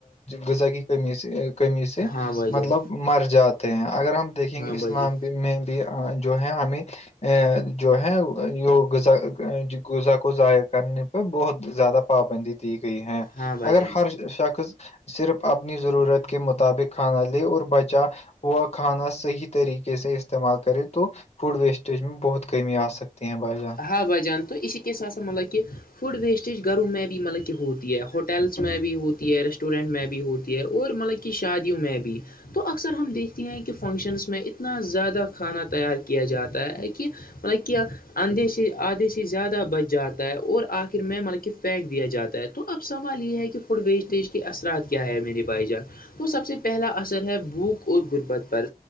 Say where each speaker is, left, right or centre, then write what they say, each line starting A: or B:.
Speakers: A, on the left; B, on the left.
A: غزہ کی کمی سے کمی سے
B: ہاں بھائی جان
A: مطلب مر جاتے ہیں اگر ہم دیکھیں
B: ہاں
A: گے اسلام
B: بھائی جان
A: میں بھی جو ہے ہمیں ا جو ہے غذا غذہ کو ضائع کرنے پہ بہت زیادہ پابندی ت دی گئی ہے
B: ہاں بھائی
A: اگر
B: جان
A: ہر شخص صرف اپنی ضرورت کے مطابق کھانا لے اور بچا وہا کھانا صحیح طریقے سے استعمال کرے تو فوڈ ویسٹیج میں بہت کمی آ سکتی ہیں بھائی جان
B: ہاں بھائی جان تو اس کے ساتھ ساتھ مطلب کہ فوڈ ویسٹیج گھروں میں بھی مطلب کہ ہوتی ہے ہوٹلس میں بھی ہوتی ہے ریسٹورینٹ میں بھی ہوتی ہے اور مطلب کہ کہ شادیوں میں بھی تو اکثر ہم دیکھتے ہیں کہ فنکشنس میں اتنا زیادہ کھانا تیار کیا جاتا ہے کہ مطلب کہ آدھے سے آدھے سے زیادہ بچ جاتا ہے اور آخر میں مطلب کہ پھینک دیا جاتا ہے تو اب سوال یہ ہے کہ فوڈ ویسٹیج کے اثرات کیا ہے میرے بھائی جان تو سب سے پہلا اثر ہے بھوک اور غربت پر